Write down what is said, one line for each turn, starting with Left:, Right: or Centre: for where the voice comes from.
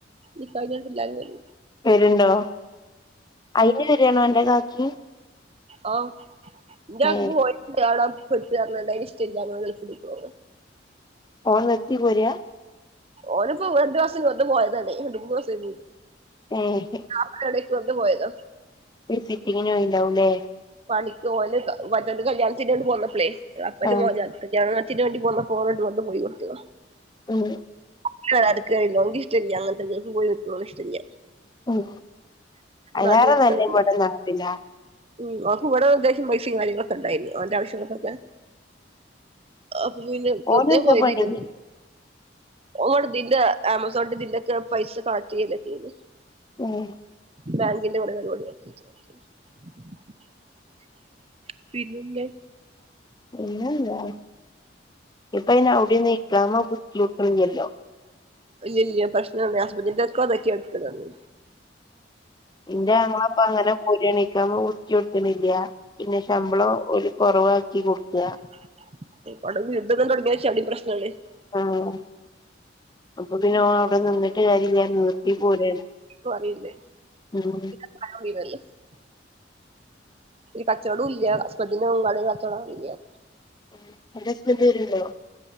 Right: നിക്കാഹ് കഴിഞാണ്ട് എല്ലാരും വര്
Left: വര്ണ്ടോ അയിന് വരാണോ അന്റെ കാക്കിം.
Right: ആഹ് ഇന്റെ കാക്ക
Left: ഏ
Right: പോയി ട്ട് <unintelligible> അയിന് ഇഷ്ടല്ല <unintelligible>
Left: ഓൻ നിർത്തി പോരാ
Right: ഓന് ഇപ്പം രണ്ട് മാസം നിന്ന് പോയതല്ലേ രണ്ട് മൂന്ന് മാസായി
Left: ഏ ഹെ
Right: ആ എടയ്ക്ക് വന്ന് പോയത
Left: വിസിറ്റിങ്ങിന് പോയിണ്ടാവു ലെ
Right: പണിക്ക് ഓന് മറ്റോന്റെ കല്യാൺത്തിന്ണ്ട് പോന്നപ്പളേ അപ്പനും
Left: ആ
Right: മോ കല്യാണത്തിന് വേണ്ടി പോന്നപ്പോ <unintelligible> വന്ന് പോയി കൊട്ക്ക
Left: ഉം
Right: ആ അട്ക്കല്ല ഓൻക്ക് ഇഷ്ടല്ല അങ്ങൻത്തത് <unintelligible> ഇഷ്ടല്ല
Left: ഉം അഴിലാറെ
Right: നാട്ട് നിക്ക്ണതല്ല
Left: നല്ല ഇവടെ നാട്ടില
Right: ഉം ഓൻക്ക് ഇവടെ അത്യാവശ്യം പൈസിം കാര്യങ്ങളൊക്കെ ഇണ്ടായിനി ഓന്റെ ആവശ്യങ്ങൾക്കൊക്കെ അപ്പൊ പിന്നെ വെർതെ
Left: ഓനെന്താ
Right: പോയതേനി
Left: പണി
Right: ഓം ഇവടെ ഇതിന്റെ അമസോൺന്റെ ദിന്റെക്കെ പൈസ <unintelligible>
Left: ഉം
Right: ബാങ്കിന്റെ കൊറെ പരിപാടിയ <unintelligible> <inaudible> പിന്നന്തേ
Left: പിന്നെന്താ ഇപ്പ അയിന് അവ്‌ടിം ഇകാമ പുതുക്കിയവ്ട്ക്ക്‌ണില്ലല്ലോ
Right: ഇല്ല ഇല്ല പ്രശ്നം ഹസ്ബൻഡ്ന്റെ ഒക്കെ <unintelligible>
Left: ഇന്റെ മോളപ്പ അങ്ങനെ പോയി ട്ട് ഇകാമ പുതുക്കി കൊട്ക്ക്‌ണില്ല്യ പിന്നെ ശമ്പളം ഓല് കൊറവാക്കി കൊട്ക്ക
Right: <unintelligible> യുദ്ധം <unintelligible>
Left: ആഹ് അപ്പൊ പിന്നെ ഓൻ അവ്ടെ നിന്നിട്ട് കാര്യല്ല്യ നിർത്തി പോരാണ്
Right: ക്വറീണ്ട്
Left: ഉം
Right: <unintelligible> കച്ചോടും ഇല്ല ഹസ്ബന്റിന് <unintelligible> കച്ചോടം ഇല്ല
Left: ഉം അന്റെ ഹസ്ബന്റ് വെർണ്ടോ